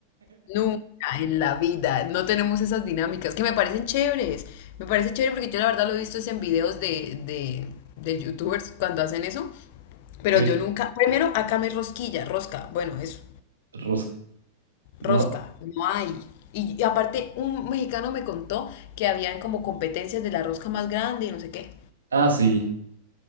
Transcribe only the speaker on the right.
Sí,
rosca, ¿no?
Ah, sí,